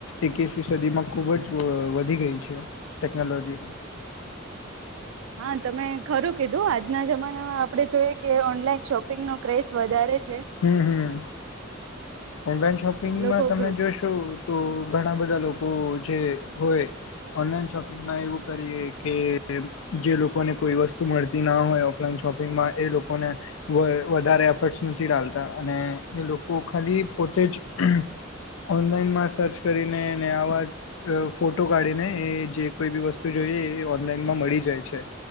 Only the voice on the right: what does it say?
હા, તમે ખરું કીધું આજના જમાનામા આપણે જોઈએ, કે ઓનલાઈન શોપિંગ નો ક્રેસ વધારે છે
લોકો
ઘ